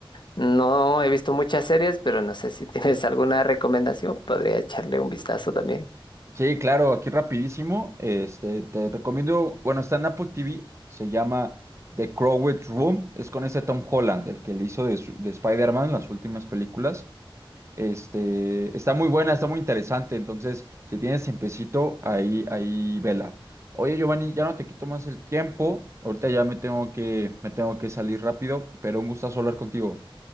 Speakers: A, on the left (about 55°); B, on the right (about 30°).
A: No he visto muchas series, pero no sé si <laughs> tienes alguna recomendación. Podría echarle un vistazo también.
B: Sí, claro, aquí rapidísimo. Este, te recomiendo, bueno, está en Apple TV, se llama The Crowded Room. Es con ese Tom Holland, el que le hizo de, su- de Spider-Man las últimas películas. Este, está muy buena, está muy interesante. Entonces, si tienes tiempecito, ahí, ahí vela. Oye, Giovanni, ya no te quito más el tiempo. Ahorita ya me tengo que, me tengo que salir rápido, pero un gustazo hablar contigo.